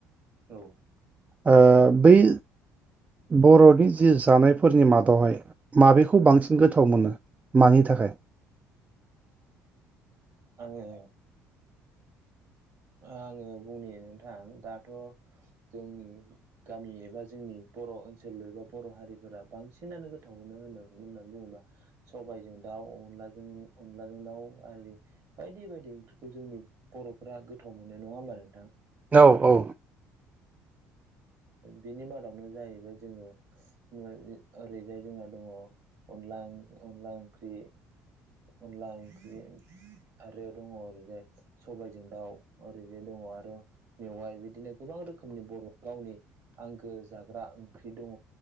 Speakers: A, on the right (about 55°); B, on the right (about 20°).
A: औ
B: ओ बेै बर'नि जि जानायफोरनि मादावहाय माबेखौ बांसिन गोथाव मोनो मानि थाखाय
A: आंङो आङो बुंनि नोंथां दाथ' जोंनि गामि एबा जोंनि बर' ओनसोल एबा बर' हारिफोरा बांसिनानो गोथाव मोनो होनो होननानै बुङोबा सबाइजों दाउ अनलाजों अनलाजों दाव आरि बायदि बायदि ओंख्रिखौ जोंनि बर'फोरा गोथाव मोनो नङा होमबा नोंथां
B: औ औ
A: बिनि मादावनो जाहैबाय जोङो ओ ओरैजाय जोंहा दङ अनला ओं अनला ओंख्रि अनला ओंख्रि आरो दङ ओरैजाय सबायजों दाउ ओरैजाय दङ आरो मेवाय बिदिनो गोबां रोखोमनि बर' गावनि आंगो जाग्रा ओंख्रि दङ